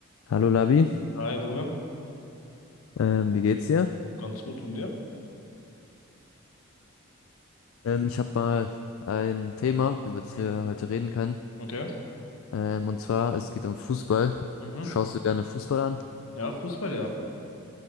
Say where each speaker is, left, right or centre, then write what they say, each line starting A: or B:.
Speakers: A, on the left; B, on the left.
A: Hallo Labi,
B: Hi, Rumme.
A: ähm, wie geht's dir?
B: Ganz gut und dir?
A: Ähm, ich habe mal ein Thema, über das
B: Mhm.
A: wir heute reden können.
B: Okay.
A: Ähm, und zwar, es geht um Fußball.
B: Mhm.
A: Schaust du gerne Fußball an?
B: Ja, Fußball, ja.